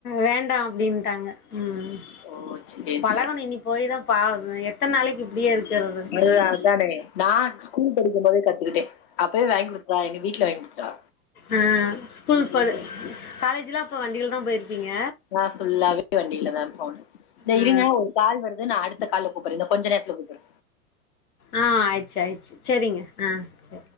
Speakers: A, on the left; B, on the left.
A: வேண்டா அப்டின்ட்டாங்க ம்
B: ஓ! சரி
A: பழகனும்
B: சரி.
A: இனி போயி தா பாவம் எத்தன் நாளைக்கு இப்டியே இருக்கிறது
B: முருகா
A: ம்
B: அதானே நா ஸ்கூல் படிக் க்கும் போதே கத்துக்கிட்டே அப்பவே வாய்ங் குடுப்பா எங்க வீட்ல வாய்ங் குடுத்துட்டா
A: அ ஸ்கூல் போல காலேஜ்ல்லா அப்ப வண்டில தா போயிருப்பீங்க
B: நா ஃபுல்லாவே வண்டில தா போனே இந்த
A: ஆ
B: இருங்க ஒரு கால் வருது நா அடுத்த கால்ல கூப்பிறேங்க கொஞ்ச நேரத்துல கூப்பிறே
A: ஆ ஆய்ச்சு ஆய்ச்சு செரிங்க ஆ சரி